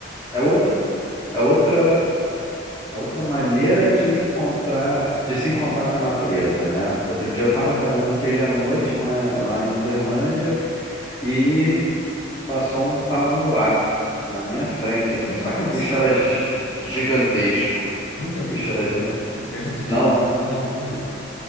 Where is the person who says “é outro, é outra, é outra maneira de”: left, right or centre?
Left